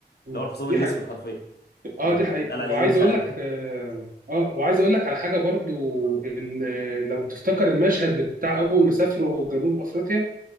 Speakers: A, on the right; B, on the left.
A: مم.
B: اللي هو الحصان
A: دي
B: الاسود
A: حقيقة
B: حرفيا
A: اه
B: ولا
A: دي
B: بيتقال
A: حقيقة وعايز
B: عليه ايه مش
A: اقول
B: عارف
A: لك اه آه، وعايز اقول لك على حاجة برضو ان آه، لو تفتكر المشهد بتاع اول ما سافروا جنوب افريقيا